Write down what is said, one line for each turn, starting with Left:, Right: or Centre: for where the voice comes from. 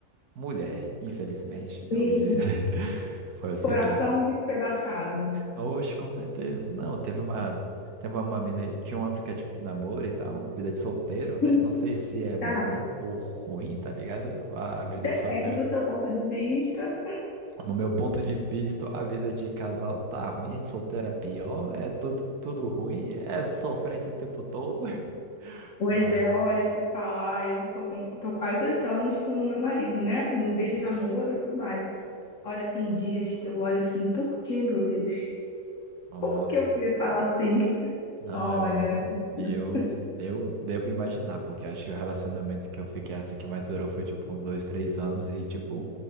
Right: mulher, infelizmente, é
Left: Ih,
Right: o jeito. <laughs> Foi o seguinte.
Left: Coração despedaçado. <laughs>
Right: Oxe, com certeza. Não, teve uma. Teve uma mina, tinha um aplicativo de namoro e tal, vida de solteiro, né?
Left: Hum,
Right: Não sei se é bom
Left: Tá.
Right: ou ruim, tá ligado? A vida
Left: Depende
Right: de solteiro.
Left: do seu ponto de vista.
Right: No meu ponto de vista, a vida de casal tá ruim, a de solteiro é pior, é tudo, tudo ruim, é sofrência o tempo todo. <laughs>
Left: Pois
Right: Lá.
Left: é, olha, te falar, eu tô com, eu tô quase oito anos com o meu marido, né? No, desde
Right: Ixi,
Left: namoro e tudo mais. Olha, tem dias que eu olho assim, por que, meu Deus?
Right: Nossa.
Left: Por que eu fui falar assim?
Right: Não,
Left: Olha,
Right: eu,
Left: é
Right: eu,
Left: difícil.
Right: eu devo imaginar, porque acho que o relacionamento que eu fiquei assim que mais durou foi tipo uns dois, três anos e tipo,